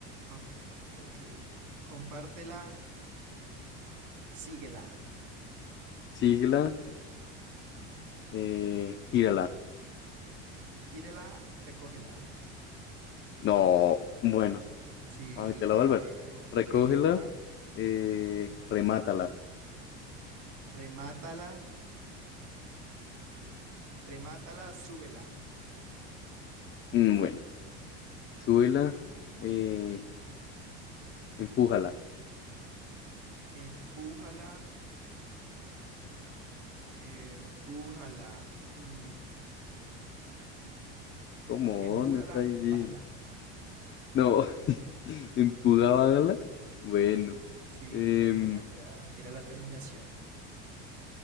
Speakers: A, on the right; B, on the left.
A: Ok, ok. Compártela, síguela.
B: Síguela, eh, tírala.
A: Tírela, recógela.
B: No, bueno,
A: Sí,
B: ay, te la
A: claro.
B: voy a volver. Recógela,
A: Rima,
B: eh, remátala.
A: remátala, remátala, súbela.
B: Mm, bueno. súbela, eh, empújala.
A: Empújala, empújala, mm,
B: ¿Cómo?
A: empújala,
B: No está difícil.
A: bájala.
B: No, <laughs> empuja, bájala. Bueno,
A: Sí,
B: em,
A: termina, mira, mira la terminación.